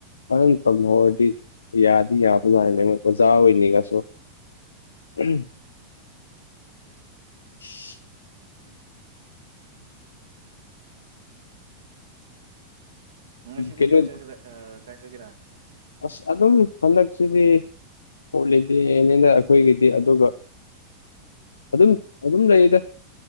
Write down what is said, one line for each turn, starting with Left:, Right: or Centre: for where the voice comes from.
Left: ꯐꯖꯅ ꯇꯝꯍꯧꯔꯗꯤ ꯌꯥꯗꯤ ꯌꯥꯕꯖꯥꯠꯅꯤ ꯑꯣꯖꯥ ꯑꯣꯏꯅꯤꯉꯁꯨ <unintelligible> <inaudible>
Right: ꯉꯁꯤꯗꯤ
Left: ꯀꯩꯅꯣ
Right: ꯀꯥꯏ ꯆꯠꯀꯦꯔ ꯀꯥꯏ ꯆꯠꯀꯦꯔꯥ
Left: ꯑꯁ ꯑꯗꯨꯝ ꯍꯟꯗꯛꯁꯤꯗꯤ ꯎꯣꯠꯂꯤꯗꯤꯅꯤꯅ ꯑꯩꯈꯣꯏꯒꯤꯗꯤ ꯑꯗꯨꯒ ꯑꯗꯨꯝ ꯑꯗꯨꯝ ꯂꯩꯌꯦꯗ